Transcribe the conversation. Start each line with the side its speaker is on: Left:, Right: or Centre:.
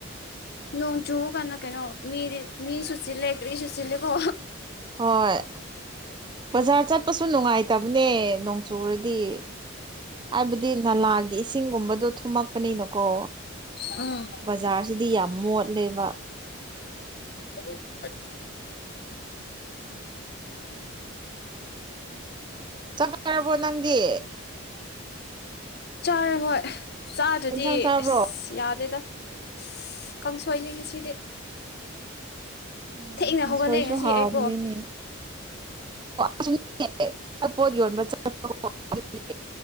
Left: ꯅꯣꯡꯆꯨꯕꯀꯥꯟꯗ ꯀꯩꯅꯣ ꯃꯤꯗꯤ ꯃꯤꯁꯨ ꯆꯤꯜꯂꯦ ꯀ꯭ꯔꯤ ꯁꯨ ꯆꯤꯜꯂꯦꯀꯣ꯫
Right: ꯍꯣꯏ ꯕꯖꯥꯔ ꯆꯠꯄꯁꯨ ꯅꯨꯡꯉꯥꯏꯇꯕꯅꯦ ꯅꯣꯡ ꯆꯨꯔꯗꯤ ꯍꯥꯏꯕꯗꯤ ꯅꯂꯥꯒꯤ ꯏꯁꯤꯡꯒꯨꯝꯕꯗꯣ ꯊꯨꯝꯃꯛꯄꯅꯤꯅꯀꯣ
Left: ꯎꯝ
Right: ꯕꯖꯥꯔꯁꯤꯗꯤ ꯌꯥꯝ ꯃꯣꯠꯂꯦꯕ꯫
Left: <unintelligible>
Right: ꯑꯗꯨꯒꯤ ꯆꯥꯛ ꯆꯥꯔꯕꯣ ꯅꯪꯗꯤ꯫
Left: ꯆꯥꯔ ꯍꯣꯏ ꯆꯥꯗ꯭ꯔꯗꯤ
Right: ꯌꯦꯟꯁꯥꯡ ꯆꯥꯕ꯭ꯔꯣ
Left: ꯑꯁ ꯌꯥꯗꯦꯗ꯫ ꯁ ꯀꯥꯡꯁꯣꯏꯅꯤ ꯉꯁꯤꯗꯤ꯫
Right: ꯎꯝ
Left: ꯊꯦꯡꯅ
Right: ꯀꯥꯡꯁꯣꯏꯁꯨ
Left: ꯍꯧꯒꯠꯂꯦ ꯉꯁꯤ
Right: ꯍꯥꯎꯕꯅꯤꯅꯦ
Left: ꯑꯩꯀꯣ꯫
Right: <unintelligible> ꯄꯣꯠ ꯌꯣꯟꯕ ꯆꯠ꯫ <unintelligible>